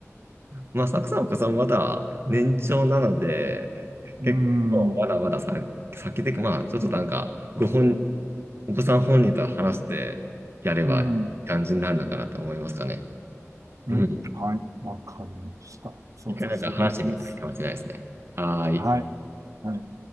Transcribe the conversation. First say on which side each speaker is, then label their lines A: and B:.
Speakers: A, on the right (about 50°); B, on the right (about 85°).
A: まあ、サクさん、お子さんまだ年長なので、
B: うん。
A: 結構まだまださ、先で、まあ、ちょっとなんか、ご本、お子さん本人と話してやればいい感じになるのかなと思いますかね。
B: うんうんはい。
A: うん。
B: わかりました。そうさせていただきます。
A: 一回なんか話してみるといいかもしれないですね。はーい。
B: はい。はい。